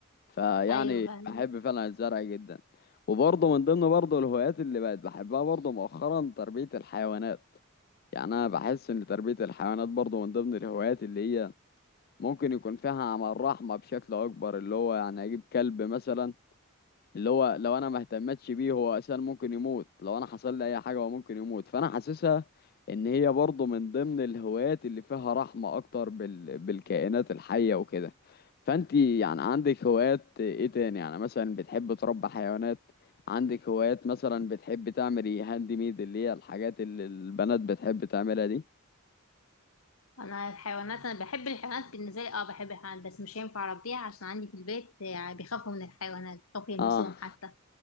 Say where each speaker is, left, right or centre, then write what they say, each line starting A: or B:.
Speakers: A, on the left; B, on the left.
A: فيعني
B: ايوه فهماك
A: بحب فعلا الزرع جدا وبرضه من ضمن برضه الهوايات اللي بقت بحبها برضه مؤخرا تربية الحيوانات يعني أنا بحس إن تربية الحيوانات برضه من ضمن الهوايات اللي هي ممكن يكون فيها عمل رحمة بشكل أكبر اللي هو يعني أجيب كلب مثلا اللي هو لو انا ما اهتمتش بيه هو اساسا ممكن يموت لو انا حصل لي اي حاجه هو ممكن يموت فانا حاسسها ان هي برضه من ضمن الهوايات اللي فيها رحمه اكتر بال... بالكائنات الحيه وكده فانتي يعني عندك هوايات ايه تاني يعني مثلا بتحب تربي حيوانات عندك هوايات مثلا بتحب تعملي هاند ميد اللي هي الحاجات اللي البنات بتحب تعملها دي
B: انا الحيوانات انا بحب الحيوانات بالنسبه لي اه بحب الحيوانات بس مش هينفع اربيها عشان عندي في البيت يعني بيخافوا من الحيوانات بيخافوا يلمسوهم
A: اه
B: حتى